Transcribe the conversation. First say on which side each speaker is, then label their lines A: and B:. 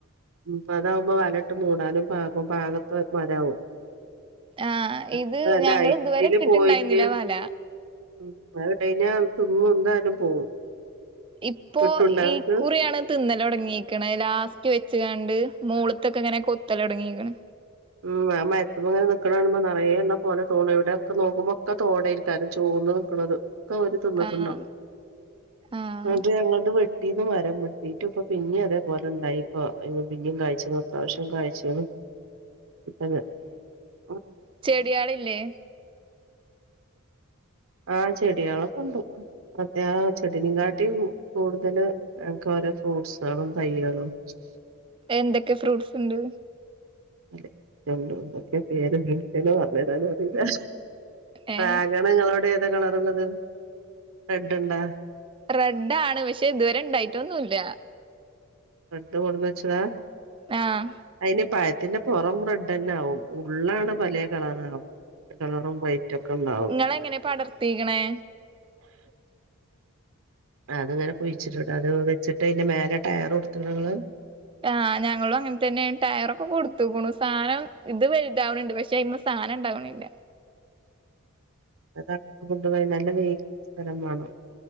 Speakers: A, on the right; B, on the right.
A: ഉം പതാകുമ്പോ വലട്ട് മൂടാനും പാകം പാകത്തെ മരാവും.
B: ആഹ്
A: <unintelligible>
B: ഇത്
A: നല്ല
B: ഞങ്ങള്
A: ഐറ്റില്
B: ഇതുവരെ ഇട്ടിട്ടുണ്ടായിരുന്നില്ല
A: പോയിട്ട്
B: വല
A: <unintelligible> എവിടെത്ത്ന്നന്താലും പോവും
B: ഇപ്പോ
A: കിട്ടുണ്ടോ
B: ഇകുറിയാണ്
A: ഇങ്ങക്ക്
B: തിന്നലൊട്ങ്ങിക്ക്ണെ ലാസ്റ്റ് വെച്ച് കാണ്ട് മോള്ത്തൊക്കെ ങ്ങനെ കൊത്ത ലൊട്ങ്ങിക്ണ്
A: ഉം ആ മര്ത്ത്മെങ്ങനെ നിക്കണ കാണുമ്പോ നറേണ്ണ പോലെ തോന്നും ഇവടെക്കെ നോക്കുമ്പോക്കെ തോടേ ര്ക്കാരം ചോ കൊണ്ടോയി വെക്ക്ണത് ഒക്കവര് തിന്ന്ട്ട്ണ്ടാവും
B: ആഹ് ആഹ്
A: ഇങ്ങട്ട് അങ്ങട്ട് വെ ടീന്ന് മരം വെട്ടീറ്റ് പ്പം പിന്നിം അതേപോലെഉണ്ടായിപ്പ അയ്‌മെ പിന്നും കയ്ച്ച്ണ് അത്യാവശ്യം കയിച്ച് ണ് ഇപ്പനെ ആ
B: ചെട്യാള്ല്ലേ
A: ആ ചെടികളൊക്കെണ്ട് അത്യാ ചെടിനേക്കാട്ടിം കൂടുതല് ഞക്ക് ഫ്രൂട് സൊളും തൈയ്യളും
B: എന്തൊക്കെ ഫ്രൂട്ട്സ് ണ്ട്
A: അതെണ്ടണ്ടൊക്കെ പേര് എനിക്കെന്നെ പറഞ്ഞു തരാൻ അറിയില്ല
B: ഏഹ്
A: ഡ്രാഗണ് നിങ്ങളോടെ ഏതാ കളറ്ള്ളത് റെഡ്ണ്ടാ
B: റെഡ ആാണ് പക്ഷെ ഇതുവരെ ഇണ്ടായിട്ടൊ ഒന്നുംല്ല
A: പട്ത്ത് കൊട്ന്ന് വെച്ചതാ
B: ആഹ്
A: അയിന് പായ തിന്റെ പൊറം റെസെന്നാവും ഉള്ളാണ് പലേ കളറാകും റെഡ് കളറും വൈ <unintelligible> ഉണ്ടാവും
B: ഇങ്ങളെങ്ങനെ പടർത്തിക്ക്ണേ
A: അത്ങ്ങനെ കുഴിച്ചിട്ട്ട്ട് അത് വെച്ചിട്ട് അയിന്റെ മേലെ ടയറൊട്ത്ത്ണൊ ങ്ങള്
B: ആ് ഞങ്ങളും അങ്ങനെ തന്നെയ ടയറൊക്കെ കൊടുത്തുക്കണു സാധനം ഇത് വ ണ്ടാവ്ണ് ണ്ട് പക്ഷെ അയ്മെ സാനണ്ടാവണില്ല
A: അത <unintelligible> ഫുഡ് <unintelligible> നല്ല വെയില് ളള സ്ഥലം മാണം